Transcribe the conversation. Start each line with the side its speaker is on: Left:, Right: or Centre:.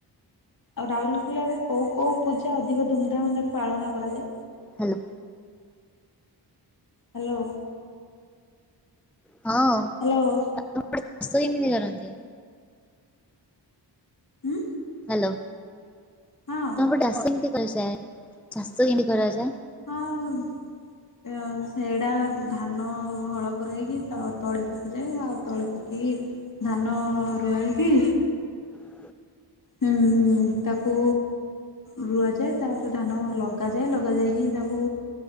Left: ଆଉ ରାଉରକେଲାରେ କୋଉ କୋଉ ପୂଜା ଅଧିକ ଧୁମଧାମରେ ପାଳନ କରାଯାଏ?
Centre: ହ୍ୟାଲୋ।
Left: ହ୍ୟାଲୋ।
Centre: ହଁ
Left: ହ୍ୟାଲୋ
Centre: <unintelligible> ସେମିତି କରନ୍ତି।
Left: ଉଁ।
Centre: ହ୍ୟାଲୋ
Left: ହଁ
Centre: ତମ ପଟେ ଚାଷ କେମିତି କରାଯାଏ, ଚାଷ କେମିତି କରଯାଏ?
Left: ହଁ। ଆ ସେଇଟା ଧାନ ହଳ କରାହେଇକି ତା ତଳି ପକାଯାଏ। ଆଉ ତଳି ପକେଇ କି ଧାନ ରୁଆ ହେଇକି
Centre: ହୁଁ
Left: ହୁଁ ତାକୁ ରୁଆଯାଏ, ତାପରେ ଧାନ ଲଗାଯାଏ । ଲଗା ଯାଇକି ତାକୁ